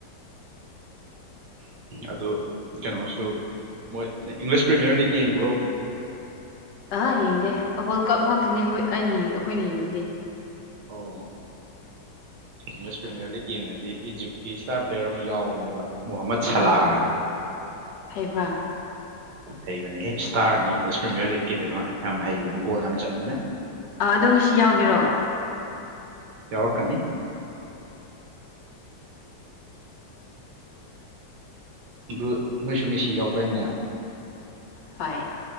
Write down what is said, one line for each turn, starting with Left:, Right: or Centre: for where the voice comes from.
Right: ꯑꯗꯨ ꯀꯩꯅꯣꯁꯨ ꯃꯣꯏ ꯏꯪꯂꯤꯁ ꯄ꯭ꯔꯤꯃꯤꯌꯔ ꯂꯤꯒ ꯌꯦꯡꯕ꯭ꯔꯣ
Left: ꯑꯍ ꯌꯦꯡꯗꯦ ꯋꯥꯜ ꯀꯞ ꯉꯥꯛꯇꯅꯦ ꯑꯩꯈꯣꯏ ꯑꯩꯅ ꯑꯩꯈꯣꯏꯅ ꯌꯦꯡꯕꯗꯤ <unintelligible>
Right: ꯑꯣ ꯏꯪꯂꯤꯁ ꯄ꯭ꯔꯤꯃꯤꯌꯔ ꯂꯤꯒ ꯌꯦꯡꯉꯗꯤ ꯏꯖꯤꯞꯀꯤ ꯏꯁꯇꯥꯔ ꯄ꯭ꯂꯦꯌꯔ ꯑꯃ ꯌꯥꯎꯕꯅꯦꯕ ꯃꯣꯍꯥꯃꯠ ꯁꯂꯥ
Left: ꯑꯥ
Right: ꯅꯥ
Left: ꯍꯩꯕ꯭ꯔꯥ
Right: ꯍꯩꯕꯅꯦ ꯍꯦ ꯏꯁꯇꯥꯔꯅꯤ ꯏꯪꯂꯤꯁ ꯄ꯭ꯔꯤꯃꯤꯌꯔ ꯂꯤꯒꯀꯤꯗꯤ ꯃꯥ ꯌꯥꯝ ꯍꯩꯕꯅꯦ ꯒꯣꯜ ꯌꯥꯝ ꯆꯟꯕꯅꯦ
Left: ꯑ ꯑꯗꯣꯝꯁꯤ ꯌꯥꯎꯒꯦꯔꯣ
Right: ꯌꯥꯎ ꯔꯛ ꯀꯅꯤ ꯑꯗꯨ ꯅꯣꯏꯁꯨ ꯃꯦꯁꯤ ꯌꯥꯎꯗꯥꯏꯅꯦ
Left: ꯍꯣꯏ